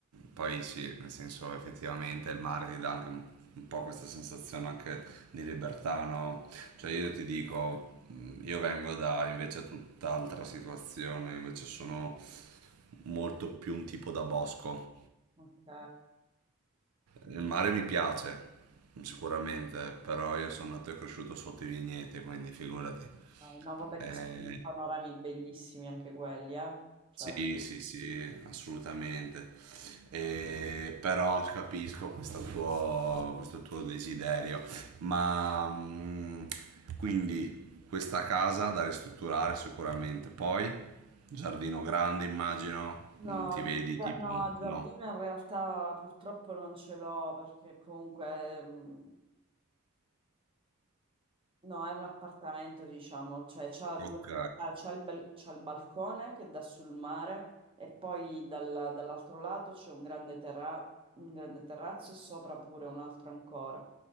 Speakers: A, on the right; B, on the right.
A: poi sì, nel senso effettivamente il mare ti dà anche un un po' questa sensazione anche di libertà, no? Cioè io ti dico, mh, io vengo da invece tutt'altra situazione, invece sono molto più un tipo da bosco.
B: Ok.
A: Il mare mi piace, sicuramente,
B: Ok.
A: però io sono nato e cresciuto sotto i vigneti, quindi figurati.
B: No, vabbè
A: Eh,
B: che sono panorami bellissimi anche quelli, eh. Cioè,
A: Sì, sì, sì, assolutamente. Eh, però capisco questo tuo, questo tuo desiderio. Ma mm, quindi questa casa da ristrutturare sicuramente. Poi, giardino grande, immagino.
B: No,
A: Mm, ti
B: il
A: vedi
B: gi- beh,
A: tipo,
B: no, il giardino
A: no,
B: in realtà purtroppo non ce l'ho perché comunque mh, No, è un appartamento, diciamo, cioè c'ha due,
A: ok.
B: ah, c'ha il, bel- c'ha il balcone che dà sul mare e poi dal- dall'altro lato c'è un grande terra- un grande terrazzo e sopra pure un altro ancora.